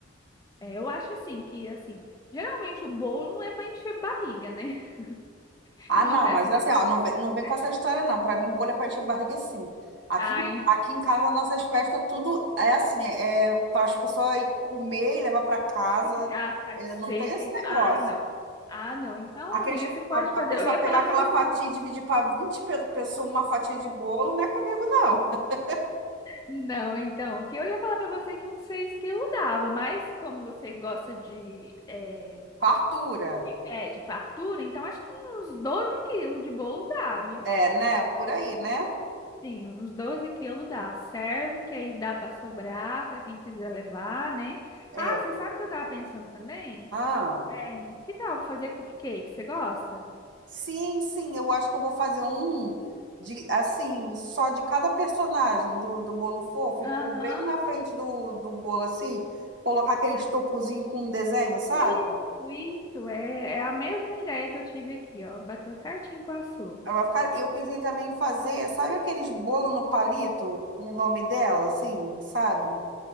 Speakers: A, on the left; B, on the right.
A: é, eu acho assim que assim, geralmente o bolo não é para encher barriga, né? <laughs>
B: Ah,
A: E uma
B: não,
A: festa
B: mas assim,
A: tem que
B: ó,
A: ser
B: não vem, não vem
A: assim.
B: com essa história, não. Pra mim, bolha é pra encher a barriga, sim. Aqui,
A: Ai,
B: em- aqui em casa, nossas festas, tudo é assim, é, é para as pessoas ir comer e levar pra casa.
A: tem que ficar satisfeita.
B: É, não tem esse
A: e-
B: negócio.
A: tá, Ah, não. Ah, não. Então,
B: Aqueles,
A: amiga, você pode
B: a,
A: fazer.
B: a pessoa
A: Eu ia
B: pegar
A: falar
B: aquela
A: para você
B: fatia
A: assim.
B: e dividir pra 20 pe- pessoas uma fatia de bolo, não é comigo, não. <laughs>
A: Não, então, que eu ia falar para você que uns 6 quilos dava, mas como você gosta de, é,
B: Fartura.
A: é, de fartura, então acho que uns 12 quilos de bolo dá, viu?
B: É, né? Por aí, né?
A: Sim, uns 12 quilos dá. Serve, que aí dá para sobrar para quem quiser levar, né?
B: É.
A: Ah, você sabe o que eu tava pensando também?
B: Ah.
A: É, que tal fazer cupcake? Você gosta?
B: Sim, sim, eu acho que eu vou fazer um de assim, só de cada personagem do, do bolo fofo, e
A: Aham.
B: pôr bem na frente do, do bolo assim, colocar aquele estopozinho com um desenho, sabe?
A: Isso, isso. É, é a mesma ideia que eu tive aqui, ó. Bateu certinho com a sua.
B: Aí vai ficar, eu pensei também em fazer, sabe aqueles bolo no palito, com o nome dela, assim, sabe?